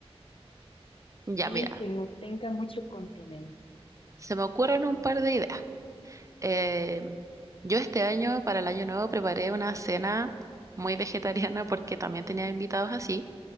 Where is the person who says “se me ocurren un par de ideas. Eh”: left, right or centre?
Right